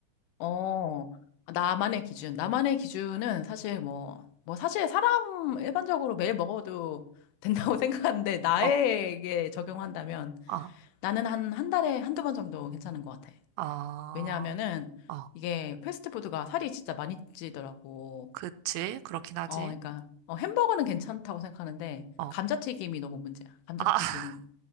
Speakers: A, on the left; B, on the right.
A: 어, 나만의 기준. 나만의 기준은 사실 뭐, 뭐, 사실 사람 일반적으로 매일 먹어도 된다고 <laughs> 생각하는데, 나에게
B: 어,
A: 적용한다면
B: 아,
A: 나는 한, 한 달에 한두 번 정도 괜찮은 것 같아.
B: 아,
A: 왜냐하면은
B: 어,
A: 이게 패스트푸드가 살이 진짜 많이 찌더라고.
B: 그치, 그렇긴 하지.
A: 어, 그러니까, 어, 햄버거는 괜찮다고 생각하는데,
B: 어,
A: 감자튀김이 너무 문제야. 감자튀김.
B: 아, <laughs>